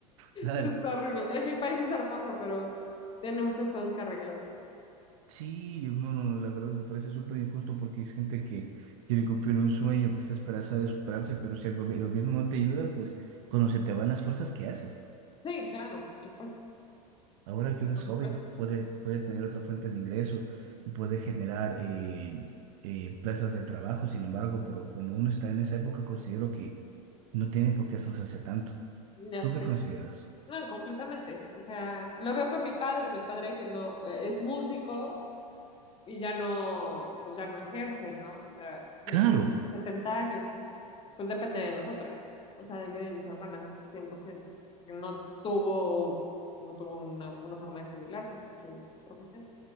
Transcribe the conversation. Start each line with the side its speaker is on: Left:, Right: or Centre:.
Right: Tal.
Left: Está horrible. En mi país es hermoso, pero tiene muchas cosas que arreglarse.
Right: Sí, no, no, no. La verdad me parece súper injusto porque es gente que quiere cumplir un sueño, que está esperanzada de superarse, pero si el gobi- el gobierno no te ayuda, pues cuando se te van las fuerzas, ¿qué haces?
Left: Sí, claro, por supuesto.
Right: Ahora que uno
Left: Por
Right: es joven,
Left: supuesto,
Right: puede, puede tener otra fuente de ingreso y puede generar eh, eh, plazas de trabajo. Sin embargo, pero cuando uno está en esa época, considero que no tiene por qué esforzarse tanto.
Left: ya
Right: ¿Tú
Left: sé.
Right: qué consideras?
Left: No, completamente. O sea, lo veo con mi padre, mi padre que no eh, es músico y ya no, pues ya no ejerce, ¿no? O sea, ya
Right: Claro,
Left: tiene se- 70 años. Pues depende de nosotras, o sea, de mí y de mis hermanas, cien por ciento Porque No tuvo, no tuvo una, una forma de jubilarse por su profesión.